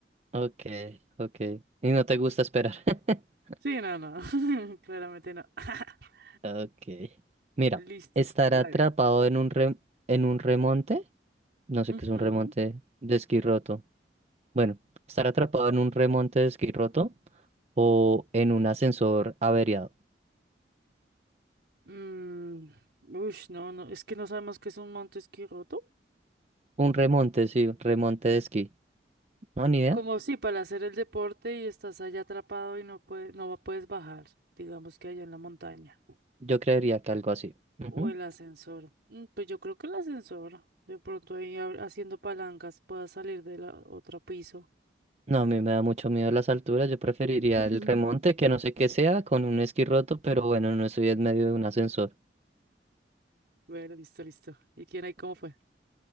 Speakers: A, on the right; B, on the right.
A: Ok, ok. Y no te gusta esperar. <laughs>
B: Sí, no, no. <laughs> Claramente no. <laughs>
A: Ok. Mira,
B: Listo.
A: estar
B: Dale.
A: atrapado en un rem- en un remonte, no sé
B: Ujú.
A: qué es un remonte de esquí roto, Bueno, estar atrapado en un remonte de esquí roto o en un ascensor averiado.
B: Mm, ush, no, no, es que no sabemos qué es un monte esquí roto.
A: Un remonte, sí, un remonte de esquí. No, ni idea.
B: Como si para hacer el deporte y estás allá atrapado y no puedes, no puedes bajar, digamos que allá en la montaña.
A: Yo creería que algo así. Ujú.
B: O el ascensor. Mm, Pues yo creo que el ascensor. De pronto ahí ab- haciendo palancas pueda salir de la otro piso.
A: No, a mí me da mucho miedo las alturas. Yo preferiría
B: <laughs>
A: el remonte, que no sé qué sea, con un esquí roto, pero bueno, no estoy en medio de un ascensor.
B: Bueno, listo, listo. ¿Y quién ahí cómo fue?